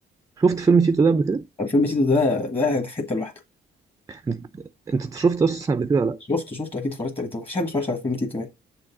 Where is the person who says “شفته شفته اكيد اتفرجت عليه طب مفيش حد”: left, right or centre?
Left